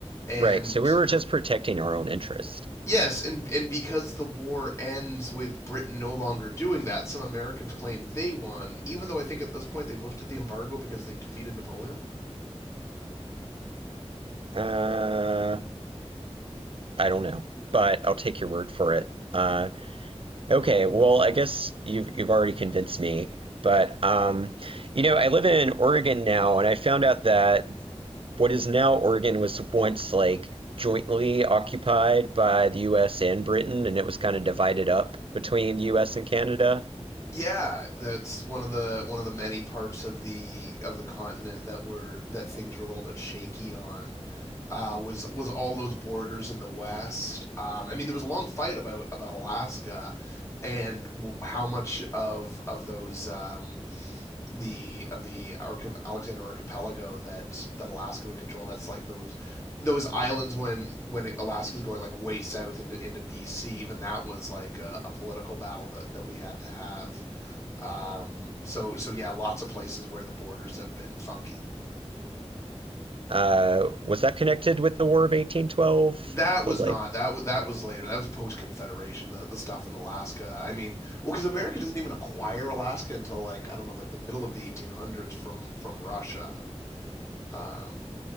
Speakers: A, on the left; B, on the right.
A: And
B: Right, so we were just protecting our own interest.
A: Yes, and and because the war ends with Britain no longer doing that, some Americans claim they won, even though I think at this point they've lifted the embargo because they've defeated Napoleon.
B: Uh, I don't know, but I'll take your word for it. Uh, Okay, well, I guess you've you've already convinced me, but um, you know, I live in Oregon now, and I found out that what is now Oregon was once like jointly occupied by the U.S. and Britain, and it was kind of divided up between the U.S. and Canada.
A: <laughs> yeah, that's one of the one of the many parts of the of the continent that were that things were a little bit shaky on. Uh, was was all those borders in the west? Um, I mean, there was a long fight about about Alaska, and how much of of those um, the of the Arch- Alexander Archipelago that that Alaska would control. That's like those those islands when when Alaska's going like way south into into BC. Even that was like a, a political battle that that we had to have. Um, so so yeah, lots of places where the borders have been funky.
B: Uh, was that connected with the War of 1812?
A: That
B: The
A: was
B: like,
A: not that was that was later. That was post Confederation. The the stuff in Alaska. I mean, well, because America doesn't even acquire Alaska until like I don't know, like the middle of the 1800s from from Russia. Um,